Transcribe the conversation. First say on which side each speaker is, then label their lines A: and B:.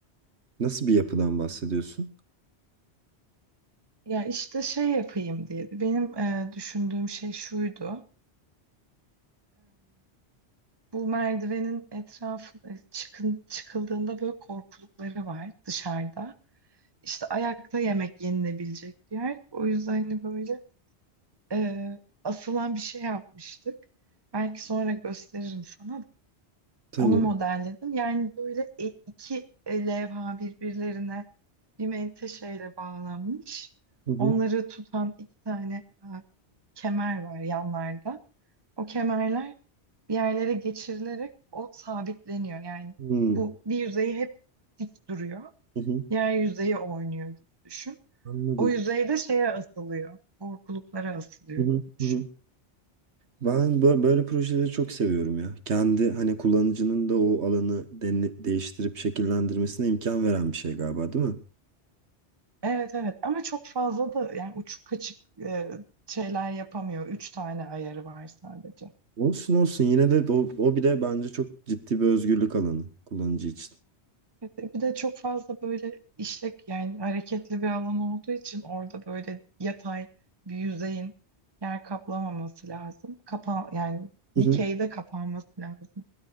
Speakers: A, on the right; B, on the right.
A: Nasıl bir yapıdan bahsediyorsun?
B: Ya işte şey yapayım diye. Benim e, düşündüğüm şey şuydu. Bu merdivenin etrafı e, çıkın, çıkıldığında böyle korkulukları var dışarıda. İşte ayakta yemek yenilebilecek bir yer. O yüzden hani böyle e, asılan bir şey yapmıştık. Belki sonra gösteririm sana.
A: Tamam.
B: Onu modelledim. Yani böyle e- iki levha birbirlerine bir menteşeyle bağlanmış.
A: Hı hı.
B: Onları tutan iki tane e, kemer var yanlarda. O kemerler bir yerlere geçirilerek o sabitleniyor. Yani
A: Hmm.
B: bu bir yüzeyi hep dik duruyor.
A: Hı hı.
B: Diğer yüzeyi oynuyor gibi düşün.
A: Anladım.
B: O yüzey de şeye asılıyor. Korkuluklara asılıyor
A: Hı hı.
B: gibi düşün.
A: Hı hı. Ben bö- böyle projeleri çok seviyorum ya. Kendi hani kullanıcının da o alanı dene- değiştirip şekillendirmesine imkan veren bir şey galiba, değil mi?
B: Evet evet ama çok fazla da yani uçuk kaçık e, şeyler yapamıyor. Üç tane ayarı var sadece.
A: Olsun olsun yine de o, o bir de bence çok ciddi bir özgürlük alanı kullanıcı için.
B: Bir de bir de çok fazla böyle işlek yani hareketli bir alan olduğu için orada böyle yatay bir yüzeyin yer kaplamaması lazım. Kapa yani
A: Hı
B: dikeyde
A: hı.
B: kapanması lazım.